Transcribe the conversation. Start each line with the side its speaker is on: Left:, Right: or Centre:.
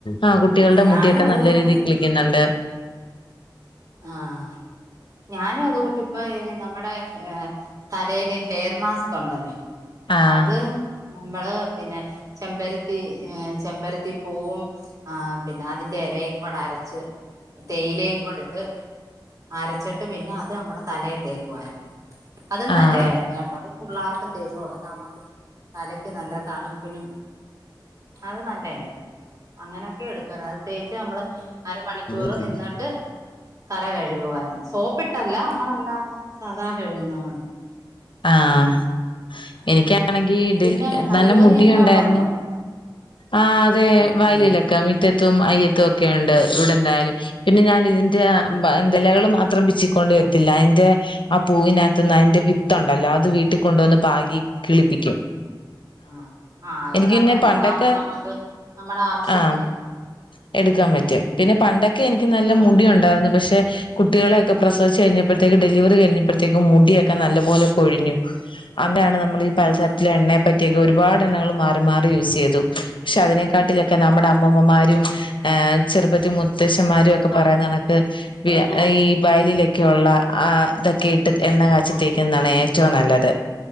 Left: ആഹ് കുട്ടികളുടെ
Right: ഞാനും
Left: മുടിയൊക്കെ
Right: അതുകൂട്ട്
Left: നല്ല രീതിയിൽ കിളിക്കുന്നുണ്ട്.
Right: ആഹ് ഞാനും അതുകൂട്ട് ഇപ്പോ നമ്മുടെ ഏഹ് തലയില് ഹെയർ മാസ്ക് ഉണ്ടല്ലോ
Left: ആഹ്
Right: അത് നമ്മള് പിന്നെ ചെമ്പരത്തി ഏഹ് ചെമ്പരത്തി പോവും ആഹ് പിന്നെ അതിന്റെ എലയും കൂടെ അരച്ച് തേയിലയും കൂടെയി ട്ട് അരച്ചിട്ട് പിന്നെ അത് നമ്മടെ തലേ തേക്കുവായിരുന്ന്. അതും നല്ലതായിരുന്നു
Left: ആഹ്
Right: കേട്ടാ അത് പുള്ളാർക്കും തേച്ചു കൊടുക്കാ നമ്മക്കും തലക്ക് നല്ല തണുപ്പിനും അത് നല്ലതായിരുന്ന് അങ്ങനൊക്കെടു <unintelligible> അത് കുറേ തേച്ച് നമ്മള് അരമണിക്കൂറ്
Left: ആഹ്
Right: നിന്നട്ട് തല കഴുകുവായിരുന്നു സോപ്പിട്ടല്ല നമ്മളല്ലാതെ സാധാ കഴുകുന്ന പോലെ.
Left: ആഹ്
Right: ഉം
Left: എനിക്കാ എനിക്കാണെങ്കി
Right: പിന്നെ
Left: <unintelligible>
Right: കയ്യോന്നിയൊക്കെ
Left: നല്ല മുടിയുണ്ടായിരുന്നു,
Right: അവിടെ ഉണ്ടോ
Left: ആഹ് അതെ
Right: ആ
Left: വയലിലൊക്കെ
Right: ആ
Left: മി റ്റത്തും അയ്യത്തും ഒക്കെ ഉണ്ട് ഇവിടെ എന്തായാലും. പിന്നെ ഞാൻ ഇതിൻ്റെ എന്ത്‌ ഇലകള് മാത്രം പിച്ചിക്കൊണ്ട് വരുത്തില്ല അതിൻ്റെ ആ പൂവിനകത്തന്ന് അതിന്റെ വിത്തുണ്ടല്ലോ അത് വീട്ടിൽ കൊണ്ടുവന്ന് പാകി കിളിപ്പിക്കും.
Right: ആഹ് ആഹ് അത്
Left: എനിക്ക്
Right: നല്ലതാ
Left: പിന്നെ പണ്ടൊക്കെ
Right: അതാകുമ്പം നമ്മക്ക് നമ്മുടെ ആവശ്യത്തിന്
Left: ആഹ് എടുക്കാൻ പറ്റും,
Right: ഉം
Left: പിന്നെ പണ്ടൊക്കെ എനിക്ക് നല്ല
Right: ആ
Left: മുടി ഉണ്ടായിരുന്നു പക്ഷേ കുട്ടികളെയൊക്കെ പ്രസവിച്ച് കഴിഞ്ഞപ്പോഴത്തേക്ക് ഡെലിവറി കഴിഞ്ഞപ്പോഴേക്കും മുടിയൊക്കെ നല്ല പോലെ കൊഴിഞ്ഞു അതാണ് നമ്മൾ ഈ പലതരത്തിലെ
Right: ആ
Left: എണ്ണയെ പ റ്റിയൊക്കെ ഒരുപാട് എണ്ണകൾ മാറി മാറി യൂസ് ചെയ്തു പഷേ അതിനെക്കാട്ടിലൊക്കെ നമ്മടെ
Right: ആ
Left: അമ്മുമ്മമാരും ആഹ് ചെറുപ്പത്തി മുത്തശ്ശന്മാരു ഒക്കെ പറയുന്നണക്ക് വി ഈ വയലിലൊക്കെ ഉള്ള ആഹ് ഇതൊക്കെ ഇട്ട് എണ്ണ കാച്ചിത്തേ ക്കുന്നാണ് ഏറ്റവും നല്ലത്